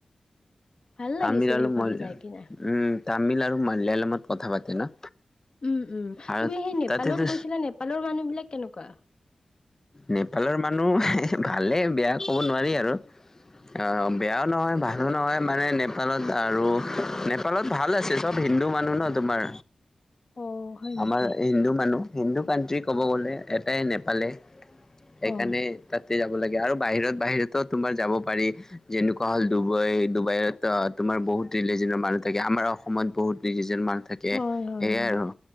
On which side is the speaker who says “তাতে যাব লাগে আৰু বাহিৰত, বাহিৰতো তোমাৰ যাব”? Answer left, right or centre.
Left